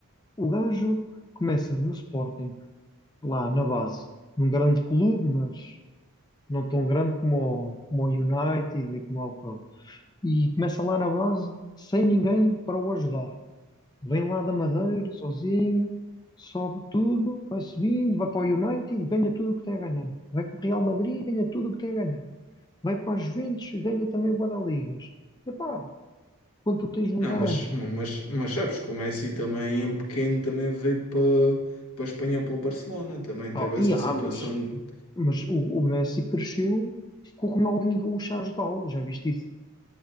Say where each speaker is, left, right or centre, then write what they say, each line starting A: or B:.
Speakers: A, on the left (about 20°); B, on the left (about 80°).
A: o gajo começa no Sporting, lá na base, num grande clube, mas não tão grande como o, como o United e como o pronto. E começa lá na base, sem ninguém para o ajudar. Vem lá da Madeira, sozinho, sobe tudo, vai subindo, vai para o United, ganha tudo o que tem a ganhar. Vai para o Real Madrid, ganha tudo o que tem a ganhar. Vai para a Juventus e ganha também bué da ligas. Epá, quando tu tens um
B: Não,
A: gajo.
B: mas, mas, mas sabes que o Messi também em pequeno também veio para para a Espanha, para o Barcelona, também teve
A: Oh, e
B: essa
A: há,
B: situação,
A: mas,
B: de-
A: mas o, o Messi cresceu com o Ronaldinho Gaúcho a ajudá-lo, já viste isso?